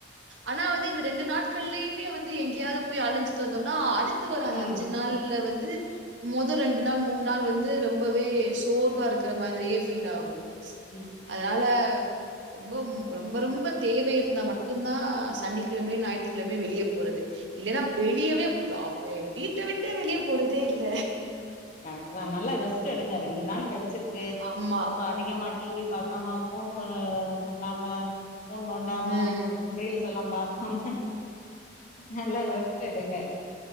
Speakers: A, on the right; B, on the left.
A: ஆனா வந்து இந்த ரெண்டு நாட்கள்லயுமே வந்து எங்கயாவது போய் அலஞ்சிட்டு வந்தோம்னா அடுத்து வர
B: ம்
A: அஞ்சு நாள்ல வந்து மொத ரெண்டு நாள் மூ ணு நாள் வந்து ரொம்பவே சோர்வா இருக்குற மாதிரியே ஃபீல் ஆகோ
B: ம்
A: அதால ரொம்ப ரொம்ப ரொம்ப தேவை இருந்தா மட்டுந்தா சனிக்கெழமயு ஞாயித்துக்கெழமையு வெளியே போறது இல்லன்னா வெளியவே அப்ப வீட்ட விட்டு வெளியே போறதே இல்ல
B: கரெக்ட்டுதா நல்லா ரெஸ்ட் எடுங்க ரெண்டு நாள் கெடச்சிருக்கு
A: ஆமா.
B: ரொம்ப அதிகமா டி வி பாக்காம ஃபோன் ப பண்ணாம ஃபோன் நோண்டாம
A: ம்.
B: ரீல்ஸ் எல்லா பாக்காம நல்லா ரெஸ்ட் எடுங்க